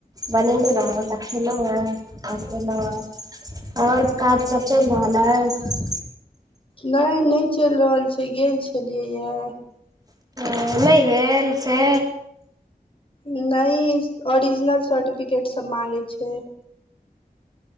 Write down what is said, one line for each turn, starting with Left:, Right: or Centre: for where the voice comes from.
Right: बनेने रहौ त खेलौ ह और एलो ह और काज सब चइल रहलये
Left: नहि नहि चलि रहल छै गेल छलियै य
Right: ओ नहि भेल से
Left: नहि ओरिजिनल सर्टिफिकेट सब मांगे छै